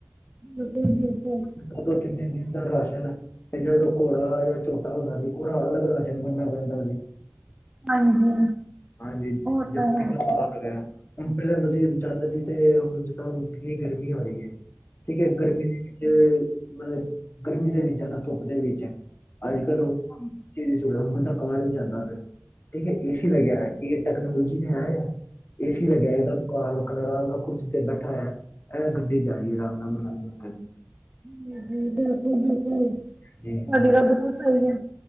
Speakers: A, on the right; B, on the left.
A: ਬਿਲਕੁਲ-ਬਿਲਕੁਲ
B: ਸੀ ਦੋ ਦੋ ਤਿੰਨ ਤਿੰਨ ਦਿਨ ਦਾ ਰਾਸ਼ਨ, ਫਿਰ ਜਿਹੜੇ ਤੋਂ ਕੌੜਾ ਜਾਂ ਛੋਟਾ ਹੁੰਦਾ ਸੀ ਉਹ ਨਾਲ ਅਲੱਗ ਰਾਸ਼ਨ ਬਣਨਾ ਪੈਂਦਾ ਸੀ।
A: ਹਾਂਜੀ
B: ਹਾਂਜੀ
A: ਉਹ
B: ਦੇਖੋ
A: ਤਾਂ
B: ਕਿੰਨਾ <unintelligible>
A: ਹੈ
B: ਹੁਣ ਪਹਿਲਾਂ ਬਸੀ ਜਾਂਦੇ ਸੀ ਤੇ ਹੁਣ ਜਦੋਂ ਕਿੰਨੀ ਗਰਮੀ ਹੋ ਰਹੀ ਏ। ਠੀਕ ਹੈ ਗਰਮੀ ਦੇ ਵਿੱਚ ਮਤਲਬ ਗਰਮੀ ਦੇ ਵਿੱਚ ਜਾਣਾ ਧੁੱਪ ਦੇ ਵਿੱਚ। ਅੱਜਕੱਲ ਉਹ <unintelligible> ਬੰਦਾ ਕਮਰੇ ਚ ਜਾਂਦਾ ਫਿਰ ਠੀਕ ਹੈ ਏਸੀ ਵਗੈਰਾ ਟੈਕਨੋਲੋਜੀ ਨੇ ਆ, ਏ ਸੀ ਲੱਗਿਆ ਇੱਕਦਮ ਕਾਲ। ਆਰਾਮ ਨਾਲ ਕੁਰਸੀ ਤੇ ਬੈਠਾ ਹੈ ਇਹ ਗੱਡੀ ਜਾ ਰਹੀ ਆਰਾਮ ਨਾਲ ਬਣਾ।
A: ਜ ਬਿਲਕੁਲ, ਬਿਲਕੁਲ ਤੁਆਡੀ
B: ਜੀ
A: ਗੱਲ ਤਾਂ ਬਿਲਕੁਲ ਸਹੀ ਏ।